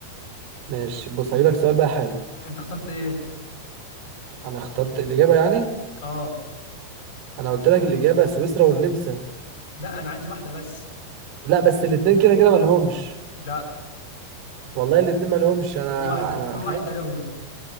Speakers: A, on the right (about 45°); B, on the left (about 50°).
A: ماشي بص هجيلك سؤال بقى حلو
B: انت اخترت ايه
A: انا اخترت الإجابة يعني
B: اه
A: انا قلت لك الإجابة سويسرا والنمسا
B: لا انا عايز واحدة بس
A: لا بس الاتنين كده كده ما لهمش
B: لا
A: والله الاتنين ما لهمش انا
B: في واحدة
A: انا
B: في واحدة لهم